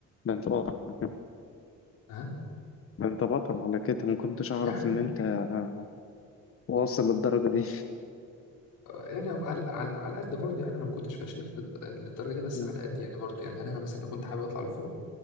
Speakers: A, on the left; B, on the left.
A: ده أنت بطل على كده
B: ها
A: ده أنت بطل على كده ما كنتش أعرف
B: يعني
A: إن أنت آه، واصل للدرجة دي
B: يعني هو على على على قد برضه يعني انا ما كنتش فشيخ لد- للدرجه دي بس
A: مم.
B: على قد يعني برضه يعني يعني انا مثلا لو كنت حابب اطلع لفوق